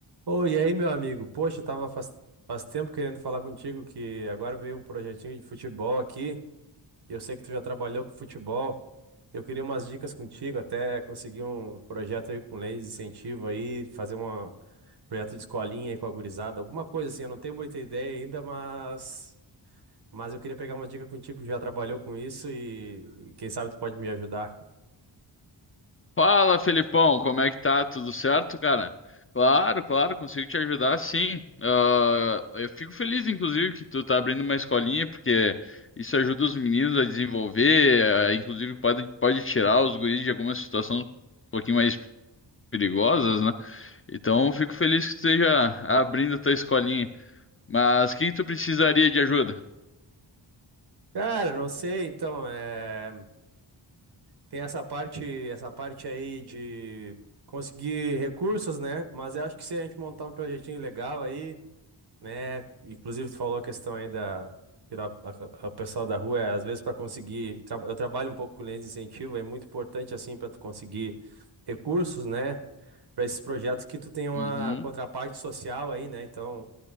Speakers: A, on the right (about 60°); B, on the left (about 30°).
A: Oi, e aí, meu amigo? Poxa, eu tava faz, faz tempo querendo falar contigo que agora veio um projetinho de futebol aqui. e Eu sei que tu já trabalhou com futebol. Eu queria umas dicas contigo, até conseguir um projeto aí com leis de incentivo aí, fazer um projeto de escolinha aí com a gurizada, alguma coisa assim. Eu não tenho muita ideia ainda, mas mas eu queria pegar uma dica contigo que já trabalhou com isso e e quem sabe tu pode me ajudar.
B: Fala, Felipão, como é que tá? Tudo certo, cara? Claro, claro, consigo te ajudar, sim. Ah, eu fico feliz, inclusive, que tu tá abrindo uma escolinha, porque isso ajuda os meninos a desenvolver, ah, inclusive pode, pode tirar os guris de algumas situações um pouquinho mais perigosas, né? Então, eu fico feliz que tu esteja abrindo a tua escolinha. Mas o que que tu precisaria de ajuda?
A: Cara, não sei, então, é. Tem essa parte, essa parte aí de conseguir recursos, né? Mas eu acho que se a gente montar um projetinho legal aí, né? Inclusive, tu falou a questão aí da tirar a- a- o pessoal da rua, é, às vezes para conseguir. tra- Eu trabalho um pouco com leis de incentivo, é muito importante assim para tu conseguir recursos, né? Para esses projetos que tu tem uma
B: Uhum.
A: contraparte social aí, né? Então.